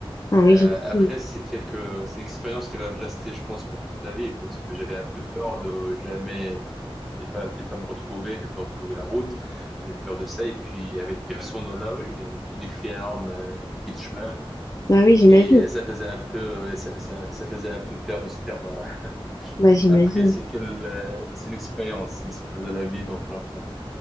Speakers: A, on the left; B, in the centre.
A: Ah oui,
B: Euh,
A: j'imagine.
B: après, c'est quelque, c'est une expérience qui va me rester, je pense, pour toute la vie, parce que j'avais un peu peur de jamais, de pas, de pas me retrouver, de pas retrouver la route. J'avais peur de ça, et puis il y avait personne dans la rue, il y avait que des fermes, euh, des petits chemins,
A: Bah oui, j'imagine.
B: et ça faisait un peu, ouais, ça faisait, ça faisait un peu peur de se perdre.
A: Bah j'imagine.
B: Après, c'est quelle, euh, c'est une expérience, c'est une expérience de la vie dont on apprend.